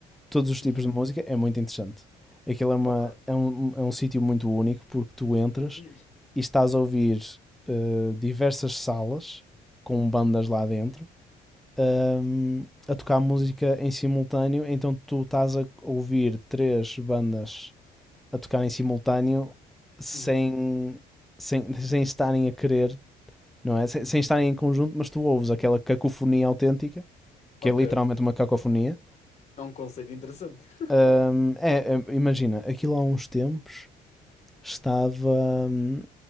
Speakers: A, in the centre; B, on the left.
A: todos os
B: Uhum.
A: tipos de música, é muito interessante. Aquilo é, uma,
B: Ok.
A: é um, é um sítio muito único porque tu entras
B: Não conheço.
A: e estás a ouvir eh, diversas salas com bandas lá dentro ahm, a tocar música em simultâneo, então tu estás a ouvir três bandas a tocar em simultâneo sem,
B: Uhum.
A: sem, <laughs> sem estarem a querer, não é? Sem, sem estarem em conjunto, mas tu ouves aquela cacofonia autêntica,
B: Ok.
A: que é literalmente uma cacofonia.
B: É um conceito interessante. <laughs>
A: Ahm, é, é, imagina, aquilo há uns tempos estava hum,